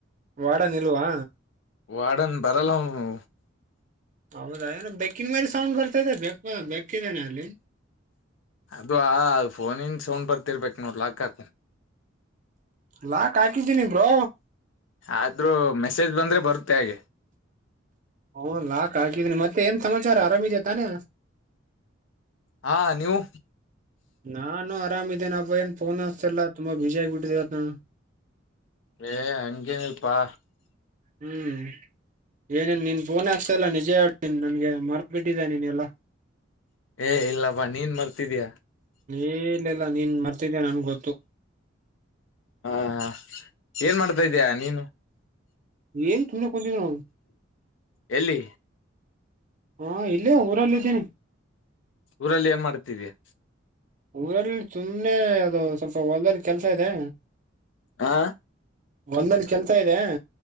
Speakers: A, on the right; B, on the left.
A: ವಾರ್ಡನ್ ಇಲ್ವಾ
B: ವಾರ್ಡನ್ ಬರಲ್ಲ ಅವನೂ
A: ಹೌದಾ ಏನೋ ಬೆಕ್ಕಿನ ಮರಿ ಸೌಂಡ್ ಬರ್ತಾದೆ ಬೆ ಬೆಕ್ಕಿದೇನೆ ಅಲ್ಲಿ.
B: ಅದವಾ ಫೋನನ್ ಸೌಂಡ್ ಬರ್ತಿರ್ಬೇಕ್ ನೋಡ್ ಲಾಕ್ ಹಾಕ್
A: ಲಾಕ್ ಹಾಕಿದ್ದೀನಿ ಬ್ರೋ.
B: ಆದ್ರೂ ಮೆಸೇಜ್ ಬಂದ್ರೆ ಬರುತ್ತೆ ಹಾಗೆ.
A: ಓ ಲಾಕ್ ಹಾಕಿದೀನಿ ಮತ್ತೆ ಏನ್ ಸಮಾಚಾರ ಆರಾಮಿದೀಯ ತಾನೇ.
B: ಹಾ ನೀವು
A: ನಾನು ಆರಾಮ ಇದೇನೆ ಅಬ್ಬ ಏನೋ ಫೋನ್ ಹಚ್ಚಲ್ಲ ತುಂಬಾ ಬಿಜಿ ಆಗ್ ಬಿಟ್ಟಿದಿದೆ ಏನೋ
B: ಏ ಹಂಗೇನಿಲ್ಲಪ್ಪ
A: ಹ್ಮ್ ಏನೇನ್ ನೀನ್ ಫೋನ್ ಹಚ್ಚತ್ತ ಇಲ್ಲ ನಿಜೇ ಹೇಳ್ತೀನ್ ನನಗೆ ಮರ್ತ್ ಬಿಟ್ಟಿದೆ ನೀನ್ ಎಲ್ಲಾ.
B: ಏ ಇಲ್ಲಪ್ಪ ನೀನ್ ಮರ್ತಿದೀಯಾ.
A: ಏನೀಲ್ಲ ಇಲ್ಲಾ ನೀನ್ ಮರ್ತಿದ್ದ್ಯಾ ನನ್ ಗೊತ್ತು.
B: ಹಾ ಹಾ ಏನ್ ಮಾಡ್ತಾ ಇದೀಯಾ ನೀನು.
A: ಏ ಸುಮ್ಮನೆ ಕುಂತ್ತೀದೆ ನೋಡು.
B: ಎಲ್ಲಿ
A: ಹಾ ಇಲ್ಲೇ ಊರಲ್ಲಿ ಇದ್ದೀನಿ.
B: ಊರಲ್ಲಿ ಏನ್ ಮಾಡ್ತ ಇದ್ದೀಯಾ.
A: ಊರಲ್ಲಿ ಸುಮ್ಮ್ನೆ ಅದು ಸ್ವಲ್ಪ ಹೊಲ್ದದಲ್ಲಿ ಕೆಲಸ ಇದೆ.
B: ಹಾ
A: ಹೊಲ್ದದಲ್ಲಿ ಕೆಲಸ ಇದೆ.